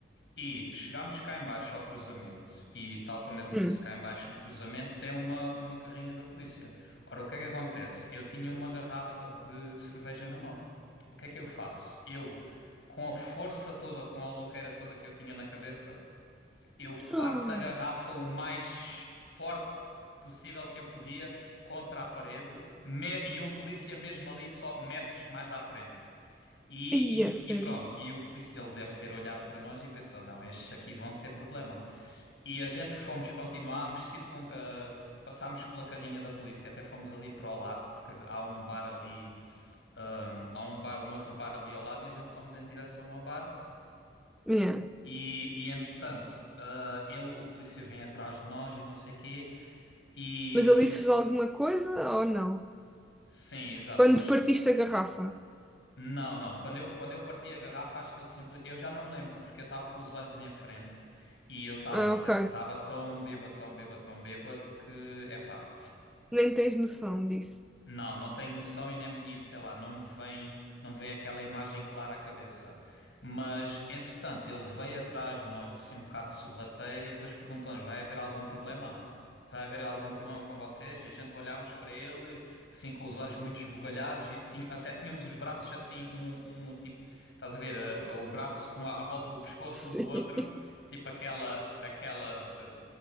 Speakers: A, on the left (about 80°); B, in the centre.
A: E chegámos cá em baixo ao cruzamento e tal como eu te
B: Hum.
A: disse, cá em baixo no cruzamento tem uma, uma carrinha da polícia. Ora, o que é que acontece? Eu tinha uma garrafa de cerveja na mão. O que é que eu faço? Eu, com a força toda, com a louqueira toda que eu tinha na cabeça, eu parto
B: Ah,
A: a garrafa o mais forte possível que eu podia contra a parede me- e um polícia mesmo ali só metros mais à frente. E,
B: yeah, sério.
A: e- e pronto, e o polícia, ele deve ter olhado para nós e pensou, não, estes aqui vão ser problema. E a gente fomos, continuámos, circun, ah, passámos pela carrinha da polícia, até fomos ali para o lado, porque há um bar ali, ah, há um bar, um outro bar ali ao lado, e a gente fomos em direção ao bar.
B: Yeah.
A: E, e entretanto, ah, ele, o polícia vem atrás de nós e não sei quê. E
B: Mas
A: assim,
B: ali se fez alguma coisa ou não?
A: sim, exato.
B: Quando
A: vos-
B: partiste a garrafa?
A: Não, não. Quando eu, quando eu parti a garrafa, acho que ele simplesmente. Eu já não me lembro, porque eu estava com os olhos em frente e eu estava
B: Ah,
A: estava
B: ok.
A: tão bêbado, tão bêbado, tão bêbado que, epá.
B: Nem tens noção disso.
A: Não, não tenho noção e, nem, e sei lá, não me vem, não me vem aquela imagem clara à cabeça. Mas, entretanto, ele veio atrás de nós, assim, um bocado sorrateiro, e depois perguntou-nos: vai haver algum problema? Vai haver algum problema com vocês? E a gente olhámos para ele, assim, com os olhos muito esbugalhados, e tin- até tínhamos os braços assim, um, um tipo, estás a ver, eh, o braço um à à volta do pescoço
B: Sim.
A: um do outro, tipo aquela, aquela eh,